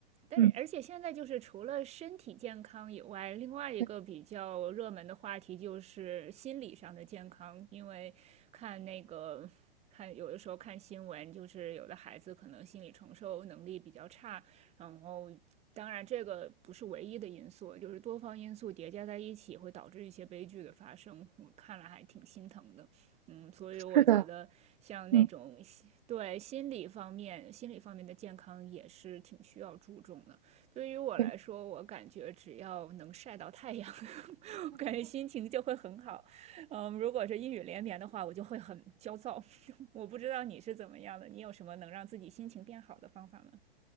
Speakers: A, on the right; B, on the right.
A: 但是，
B: 嗯，
A: 而且现在就是除了身体健康以外，另外一个比较热门的话题就是心理上的健康。
B: 对，
A: 因为看那个，看有的时候看新闻，就是有的孩子可能心理承受能力比较差，然后当然这个不是唯一的因素，就是多方因素叠加在一起会导致一些悲剧的发生。我看了还挺心疼的。嗯，所以我觉得像那种对，
B: 是的，嗯，
A: 心理方面，心理方面的健康也是挺需要注重的。对于我来说，
B: 对。
A: 我感觉只要能晒到太阳，<laughs> 我感觉心情就会很好。嗯，如果是阴雨连绵的话，我就会很焦躁。<laughs> 我不知道你是怎么样的，你有什么能让自己心情变好的方法吗？